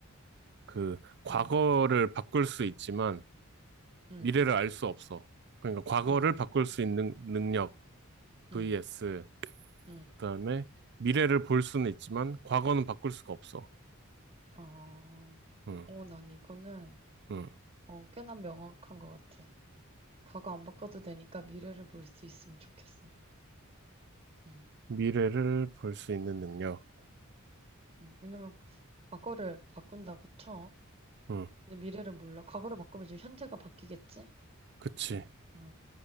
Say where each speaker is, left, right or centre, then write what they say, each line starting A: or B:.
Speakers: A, on the right; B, on the right.
A: 그 과거를
B: 응,
A: 바꿀 수 있지만
B: 응,
A: 미래를 알 수 없어. 그러니까 과거를
B: 응,
A: 바꿀 수 있는 능력 vs
B: 응, 응.
A: 그다음에 미래를 볼 수는 있지만 과거는 바꿀 수가 없어.
B: 어,
A: 응,
B: 어, 난 이거는
A: 응.
B: 어, 꽤나 명확한 것 같아. 과거 안 바꿔도 되니까 미래를 볼 수 있으면 좋겠어. 응,
A: 미래를 볼 수 있는 능력.
B: 응. 왜냐면 과거를 바꾼다고 쳐.
A: 응,
B: 근데 미래를 몰라. 과거를 바꾸면 지금 현재가 바뀌겠지?
A: 그치.
B: 응.